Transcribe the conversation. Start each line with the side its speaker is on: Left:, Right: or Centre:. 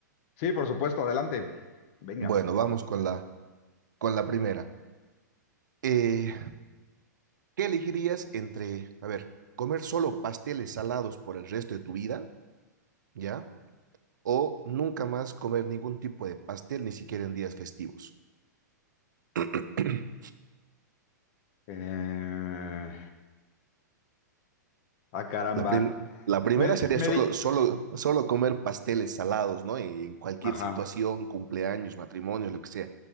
Left: Sí, por supuesto, adelante. Venga.
Right: Bueno, vamos con la, con la primera. Eh, ¿qué elegirías entre, a ver, comer solo pasteles salados por el resto de tu vida, ¿ya? O nunca más comer ningún tipo de pastel, ni siquiera en días festivos. <clears throat>
Left: Eh, Ah, caramba.
Right: La, prim- la primera
Left: Me,
Right: sería
Left: me
Right: solo,
Left: di...
Right: solo, solo comer pasteles salados, ¿no? En, en cualquier
Left: Ajá.
Right: situación, cumpleaños, matrimonios, lo que sea.